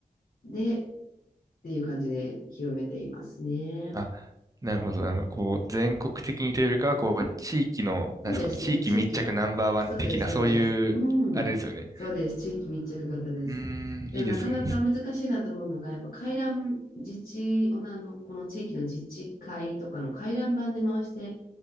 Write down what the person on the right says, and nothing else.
あ、なるほど、なるほど。こう、全国的にというよりかは、こう、地域の、なんですかね、
地域密着ナンバーワン的な、
そういう、
あれですよね。
うーん、
いいですね。